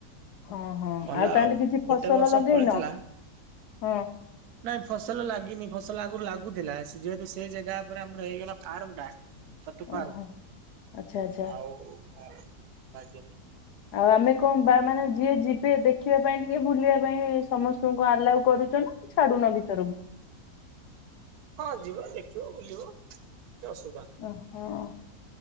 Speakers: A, on the left; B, on the right.
A: ହଁ ହଁ
B: ଭଲ
A: ତାହେଲେ
B: ଆଉ
A: କିଛି ଫସଲ
B: ଗୋଟେ ବର୍ଷ
A: ଲଗେଇନ
B: ଫଳିଥିଲା
A: ହଁ
B: ନାଇଁ ଫସଲ ଲାଗିନି ଫସଲ ଆଗରୁ ଲାଗୁଥିଲା ଯେହେତୁ ସେ ଜେଗା ଉପରେ ଆମର ହେଇଗଲା ଫାର୍ମ ଟା। ଛତୁ ଫାର୍ମ
A: ଓହୋ ଆଚ୍ଛା ଆଚ୍ଛା।
B: ଆଉ ଫଳ ଲାଗିନି।
A: ଆଉ ଆମେ କଣ ବା ମାନେ ଯିଏ ଯିବେ ଦେଖିବା ପାଇଁ ଟିକେ ବୁଲିବା ପାଇଁ ସମସ୍ତଙ୍କୁ ଆଲାଉ କରୁଚ ନା? ଛାଡୁନ ଭିତର କୁ?
B: ହଁ ଯିବ ଦେଖିବ ବୁଲିବ କିଛି ଅସୁବିଧା ନାହିଁ।
A: ଓହୋ।